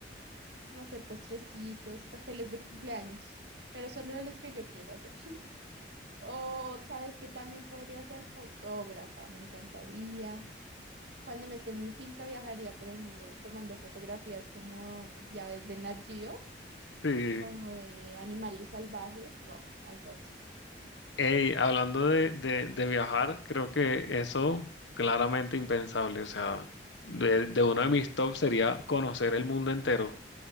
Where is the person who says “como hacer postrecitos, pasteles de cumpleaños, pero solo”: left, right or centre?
Right